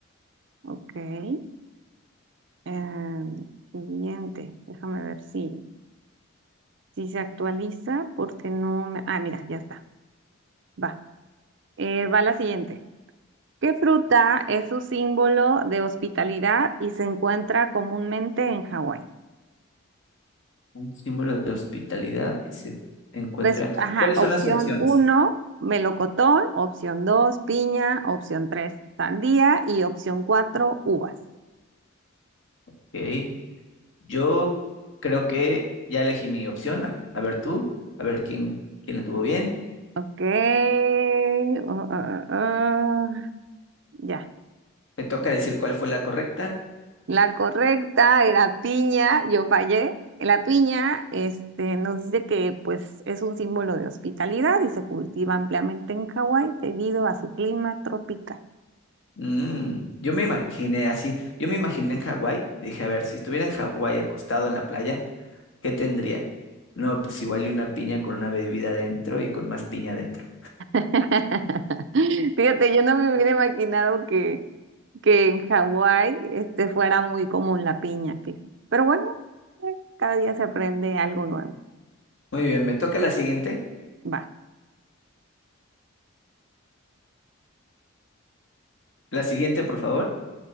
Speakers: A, on the right; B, on the left.
A: ok. Em, siguiente, déjame ver si, si se actualiza porque no me... Ah, mira, ya está. Va. Eh, va la siguiente. ¿Qué fruta es su símbolo de hospitalidad y se encuentra comúnmente en Hawái?
B: un símbolo de hospitalidad y se encuentra.
A: Res- Ajá,
B: ¿Cuáles
A: opción
B: son las opciones?
A: uno melocotón, opción 2 piña, opción 3 sandía y opción 4 uvas.
B: Ok, yo creo que ya elegí mi opción. A ver tú, a ver quién, quién la tuvo bien.
A: Ok. uh, uh, uh, uh. ya.
B: Me toca decir cuál fue la correcta.
A: La correcta era piña, yo fallé. La piña, este, nos dice que pues es un símbolo de hospitalidad y se cultiva ampliamente en Hawái debido a su clima tropical.
B: Mm, yo me imaginé así, yo me imaginé en Hawái, dije, a ver, si estuviera en Hawái acostado en la playa, ¿qué tendría? No, pues igual y una piña con una bebida adentro y con más piña adentro.
A: <laughs> Fíjate, yo no me hubiera imaginado que, que en Hawái este, fuera muy común la piña, fíjate. Pero bueno, eh, cada día se aprende algo nuevo.
B: Muy bien, me toca la siguiente.
A: Va.
B: La siguiente, por favor.